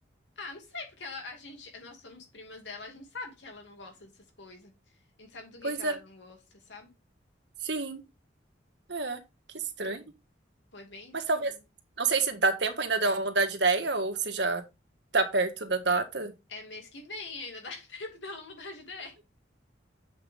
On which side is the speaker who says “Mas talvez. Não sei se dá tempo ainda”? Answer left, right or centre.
Right